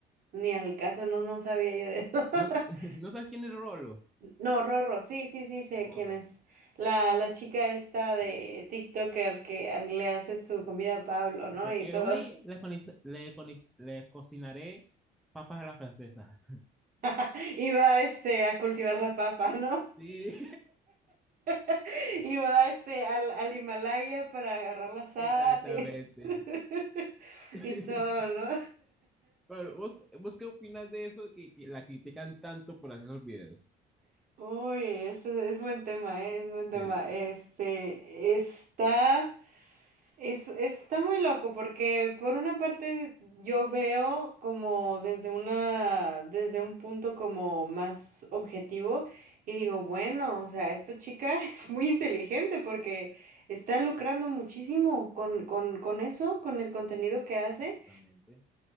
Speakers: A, on the right; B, in the centre.
A: ni al caso, no, no sabía yo de eso. <laughs>
B: No, <laughs> ¿no sabes quién es Rolo?
A: No, Rorro, sí, sí, sí, sé
B: Rorro,
A: quién es. La, la chica esta de
B: sí.
A: TikToker que a- le hace su comida a Pablo, ¿no?
B: Ese,
A: Y
B: eh,
A: todo.
B: hoy le, coni- le coni- le cocinaré papas a la francesa.
A: <laughs> iba, este, a cultivar la papa, ¿no?
B: Sí,
A: <laughs> Y va este al, al Himalaya para agarrar la sal
B: <laughs> exactamente.
A: y, <laughs>
B: <laughs>
A: y todo, ¿no?
B: Claro, ¿vos, vos qué opinas de eso que, que la critican tanto por hacer esos videos?
A: <laughs> Uy, este es, buen tema, ¿eh? Es buen tema.
B: Sí,
A: Este está. Es, está muy loco porque por una parte yo veo como desde una, desde un punto como más objetivo y digo, bueno, o sea, esta chica <laughs> es muy inteligente porque está lucrando muchísimo con, con, con eso, con el contenido que hace.
B: Exactamente.